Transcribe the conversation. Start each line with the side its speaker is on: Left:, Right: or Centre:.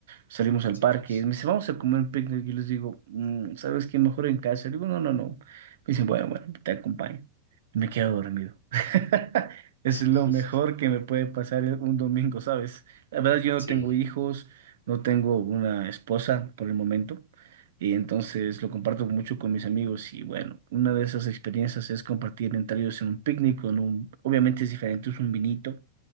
Right: Salimos al
Left: Sí,
Right: parque
Left: pues.
Right: y me dicen, vamos a comer un picnic. Y les digo, "Mm, ¿sabes qué? Mejor en casa. digo, no, no, no. Me dicen, bueno, bueno, te acompaño. Y me quedo dormido. <laughs> Es
Left: Sí,
Right: lo
Left: sí,
Right: mejor
Left: sí.
Right: que me puede pasar en un domingo, ¿sabes? La verdad, yo
Left: Sí,
Right: no tengo hijos, no tengo una esposa por el momento. Y entonces lo comparto mucho con mis amigos y bueno, una de esas experiencias es compartir entre ellos en un picnic con un, obviamente es diferente, es un vinito,